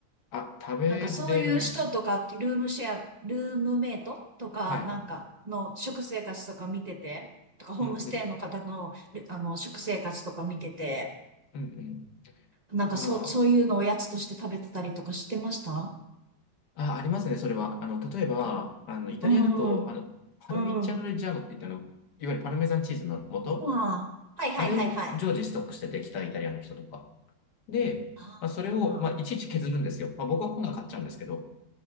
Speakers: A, on the left; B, on the right.
A: あ、食べれますね。
B: なんかそういう人とかって、ルームシェア、ルームメイトとか、
A: はい。
B: なんかの食生活とか見てて、とかホームステイの方の、
A: うんうん。
B: あの、食生活とか見てて、
A: うんうん。
B: なんかそう、
A: ま
B: そういうのおやつとして食べてたりとかしてました
A: あ、あ、ありますね、それは。あの、例えば、あの、イタリアだと、
B: うん、
A: あの、パルミチャーノ・
B: うん。
A: レッジャーノって言ったの、いわゆるパルメザンチーズの素、
B: ああ、はいはいはいはい。
A: あれを常時ストックしててきたイタリアの人とか。で、
B: ああ、
A: まあ、それを、まあ、いちいち削るんですよ。まあ、僕はこんなは買っちゃうんですけど、